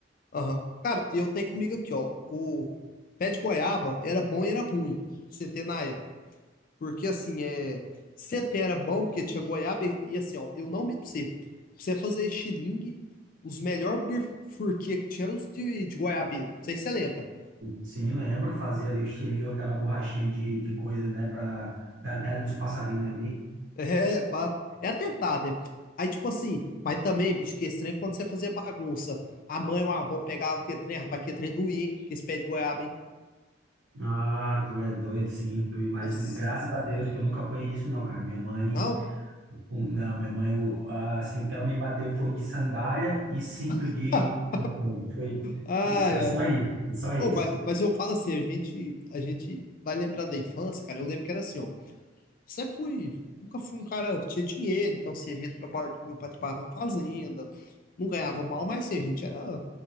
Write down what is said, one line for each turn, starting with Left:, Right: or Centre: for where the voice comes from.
Left: Aham. Cara, e eu tenho comigo aqui, ó. O pé de goiaba era bom e era ruim, CT na época. Porque assim, é. CT era bom porque tinha goiaba e, e, assim, ó, eu não me pra você. Pra você fazer estilingue, os melhores bifurquê que tinha eram os de, de goiabeira. Não sei se você lembra. <laughs>
Right: Sim, lembro, fazia ali o estilingue, aquela borrachinha de, de coisa, né, pra dar, dar nos passarinhos ali.
Left: É, pá, é atentado, né? Aí, tipo assim, mas também, bicho, que estranho quando você fazia bagunça. A mãe ou a avó pegava que trem, rapaz, que trem doía, hein? Que esse pé de goiaba, hein?
Right: Ah, tu é doido, sim. Tu, mas
Left: Nossa.
Right: graças a Deus que eu nunca apanhei disso, não, cara. Minha mãe,
Left: Não?
Right: o- não, minha mãe, o- ah, assim, o que ela me bateu foi de sandália e cinto de,
Left: <laughs>
Right: de couro. Foi,
Left: Ai,
Right: foi
Left: ai.
Right: só isso, foi só isso.
Left: Oh, mas, mas eu falo assim, a gente, a gente vai lembrar da infância, cara. Eu lembro que era assim, ó. Sempre fui, nunca fui um cara que tinha dinheiro, então assim, a gente trabalhava, meu pai trabalhava na fazenda, não ganhava mal, mas assim, a gente era